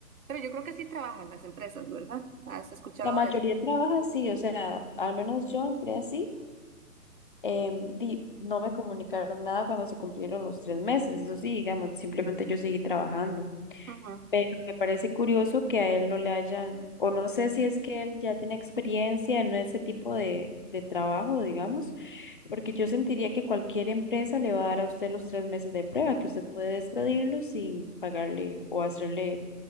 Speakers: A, on the right; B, on the left.
A: Pero yo creo que sí trabajan las empresas, ¿verdad? ¿Has escuchado
B: La mayoría
A: de eso?
B: trabaja así, o sea, al menos yo entré así. em, di- no me comunicaron nada cuando se cumplieron los tres meses, eso sí, digamos, simplemente yo seguí trabajando.
A: Ujú.
B: Pero me parece curioso que a él no le hayan, o no sé si es que él ya tiene experiencia en ese tipo de, de trabajo, digamos, porque yo sentiría que cualquier empresa le va a dar a usted los tres meses de prueba, que usted puede despedirlo sin pagarle o hacerle